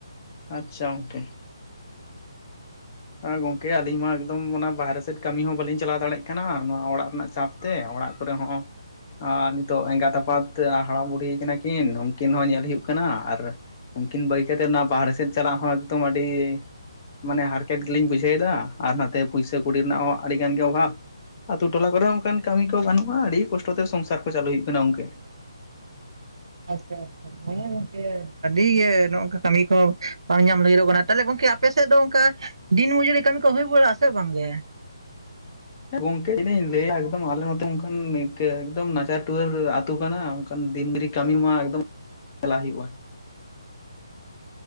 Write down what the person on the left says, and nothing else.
ᱟᱪᱪᱷᱟ ᱚᱝᱴᱮ᱾ ᱟ ᱜᱚᱝᱠᱮ ᱟᱞᱤᱧ ᱢᱟ ᱮᱠᱫᱚᱢ ᱚᱱᱟ ᱵᱟᱦᱮᱨᱮ ᱥᱮᱫ ᱠᱟᱢᱤ ᱦᱚᱸ ᱵᱟᱹᱞᱤᱧ ᱪᱟᱞᱟᱣ ᱫᱟᱲᱮᱜ ᱠᱟᱱᱟ ᱱᱚᱣᱟ ᱚᱲᱟᱜ ᱨᱮᱱᱟᱜ ᱪᱟᱯ ᱛᱮ ᱚᱲᱟᱜ ᱠᱚᱨᱮ ᱦᱚᱸ ᱟᱸ ᱱᱤᱛᱚᱜ ᱮᱸᱜᱟᱛ ᱟᱯᱟᱛ ᱦᱟᱲᱟᱢ ᱵᱩᱲᱦᱤ ᱠᱟᱱᱟ ᱠᱤᱱ ᱩᱱᱠᱤᱱ ᱦᱚᱸ ᱧᱮᱞ ᱦᱩᱭᱩᱜ ᱠᱟᱱᱟ ᱟᱨ ᱩᱱᱠᱤᱱ ᱵᱟᱹᱜᱤ ᱠᱟᱛᱮᱫ ᱚᱱᱟ ᱵᱟᱦᱨᱮ ᱥᱮᱫ ᱪᱟᱞᱟᱜ ᱦᱚᱸ ᱮᱠᱫᱚᱢ ᱟᱹᱰᱤ ᱢᱟᱱᱮ ᱦᱟᱨ ᱠᱮᱛ ᱜᱮᱞᱤᱧ ᱵᱩᱡᱷᱟᱹᱣᱮ ᱫᱟ ᱟᱨ ᱱᱟᱛᱮ ᱯᱩᱭᱥᱟᱹ ᱠᱩᱲᱤ ᱨᱮᱱᱟᱜ ᱦᱚᱸ ᱟᱹᱰᱤ ᱜᱟᱱ ᱜᱮ ᱚᱵᱷᱟᱵ᱾ ᱟᱛᱩ ᱴᱚᱞᱟ ᱠᱚᱨᱮ ᱚᱱᱠᱟᱱ ᱠᱟᱹᱢᱤ ᱠᱚ ᱵᱟᱹᱱᱩᱜᱼᱟ ᱟᱹᱰᱤ ᱠᱚᱥᱴᱚ ᱛᱮ ᱥᱚᱝᱥᱟᱨ ᱠᱚ ᱪᱟᱹᱞᱩᱭ ᱦᱩᱭᱩᱜ ᱠᱟᱱᱟ ᱜᱳᱝᱠᱮ᱾
ᱜᱚᱝᱠᱮ ᱛᱤᱱᱟ. ᱜ ᱞᱟᱹᱭᱟ ᱮᱠᱫᱚᱢ ᱟᱞᱮ ᱱᱚᱛᱮ ᱚᱱᱠᱟᱱ ᱮᱠᱫᱚᱢ ᱱᱟᱪᱟᱨ ᱴᱩᱣᱟᱹᱨ ᱟᱹᱛᱩ ᱠᱟᱱᱟ ᱠᱟᱱ ᱫᱤᱱ ᱨᱮ ᱠᱟᱢᱤ ᱢᱟ ᱮᱠᱫᱚᱢ ᱪᱟᱞᱟ ᱦᱩᱭᱩᱜᱼᱟ᱾